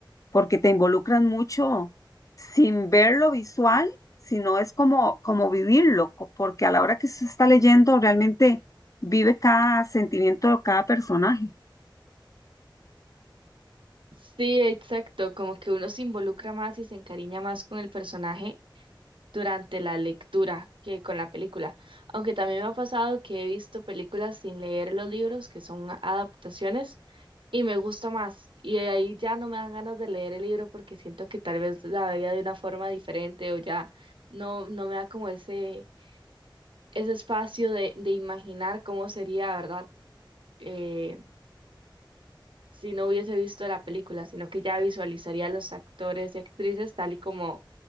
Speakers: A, on the left; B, on the right.
A: porque te involucran mucho sin ver lo visual, sino es como, como vivirlo, co- porque a la hora que se está leyendo realmente vive cada sentimiento de cada personaje.
B: Sí, exacto, como que uno se involucra más y se encariña más con el personaje durante la lectura que con la película. Aunque también me ha pasado que he visto películas sin leer los libros, que son adaptaciones, y me gusta más. Y ahí ya no me dan ganas de leer el libro porque siento que tal vez la vería de una forma diferente o ya no, no me da como ese, ese espacio de, de imaginar cómo sería, ¿verdad? Eh, si no hubiese visto la película, sino que ya visualizaría a los actores y actrices tal y como,